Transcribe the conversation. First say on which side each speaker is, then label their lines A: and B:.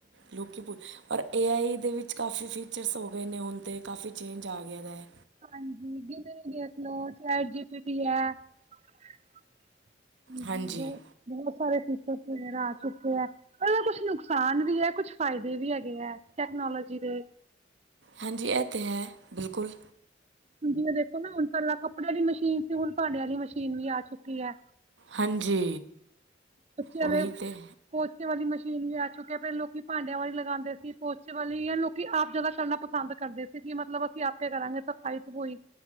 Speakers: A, on the right; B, on the right.
A: ਲੋਕੀ ਪੁਛ ਪਰ ਏ ਆਈ ਦੇ ਵਿੱਚ ਕਾਫੀ ਫੀਚਰਸ ਹੋ ਗਏ ਨੇ ਹੁਣ ਤੇ, ਕਾਫ਼ੀ ਚੇਂਜ ਆ ਗਿਆ ਦਾ ਐ
B: ਹਾਂਜੀ ਜਿਨੂੰ ਵੀ ਦੇਖਲੋ ਚੈਟ ਜੀ ਪੀ ਟੀ ਐ ਹਾਂਜੀ
A: ਹਾਂਜੀ
B: ਬਹੁਤ-ਬਹੁਤ ਸਾਰੇ ਫੀਚਰਸ ਵਗੈਰਾ ਆ ਚੁੱਕੇ ਐ ਇਹਦਾ ਕੁਛ ਨੁਕਸਾਨ ਵੀ ਹੈ, ਕੁਛ ਫਾਇਦੇ ਵੀ ਹੈਗੇ ਐ ਟੈਕਨੋਲੋਜੀ ਦੇ
A: ਹਾਂਜੀ ਇਹ ਤੇ ਹੈ। ਬਿਲਕੁਲ
B: ਹੁਨ ਜਿਵੇ ਦੇਖੋ ਨਾ ਹੁਣ ਪਹਿਂਲਾ ਕੱਪੜੇ ਆਲੀ ਮਸ਼ੀਨ ਸੀ, ਹੁਣ ਭਾਂਡੇ ਵਾਲੀ ਮਸ਼ੀਨ ਵੀ ਆ ਚੁੱਕੀ ਐ
A: ਹਾਂਜੀ।
B: ਬੱਚਿਆ
A: ਉਹੀ ਤੇ
B: ਪੋਚੇ ਵਾਲੀ ਮਸ਼ੀਨ ਵੀ ਆ ਚੁੱਕੀ ਐ। ਪਹਿਲਾ ਲੋਕੀ ਭਾਂਡਿਆਂ ਵਾਲੀ ਲਗਾਉਂਦੇ ਸੀ, ਪੋਚੇ ਵਾਲੀਆਂ ਨੂੰ ਵੀ ਆਪ ਜਿਆਦਾ ਕਰਨਾ ਪਸੰਦ ਕਰਦੇ ਸੀ। ਜੀ ਮਤਲਬ ਅਸੀਂ ਆਪੇ ਕਰਾਂਗੇ ਸਫ਼ਾਈ ਸਫੂਈ